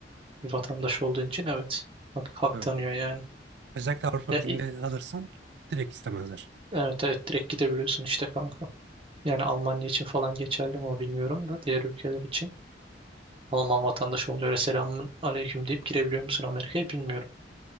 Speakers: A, on the right; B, on the right.
A: Bir vatandaş olduğun için evet. Hak, hak
B: Ha.
A: tanıyor yani.
B: Özellikle Avrupa
A: Ya,
B: Birliği'nde
A: i-
B: alırsan direkt istemezler.
A: evet evet direkt gidebiliyorsun işte kanka. Yani Almanya için falan geçerli mi o bilmiyorum da diğer ülkeler için. Alman vatandaşı olunca öyle selamun aleyküm deyip girebiliyor musun Amerika'ya bilmiyorum.